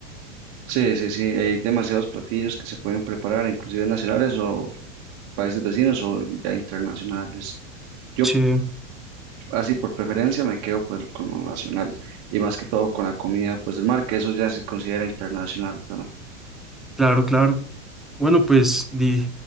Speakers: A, on the right; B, in the centre.
A: Sí, sí, sí, hay demasiados platillos que se pueden preparar, inclusive nacionales o países vecinos o ya internacionales. Yo
B: Che,
A: así por preferencia me quedo pues con los nacionales y más que todo con la comida pues del mar, que eso ya se considera internacional, ¿verdad?
B: claro, claro. Bueno, pues, di,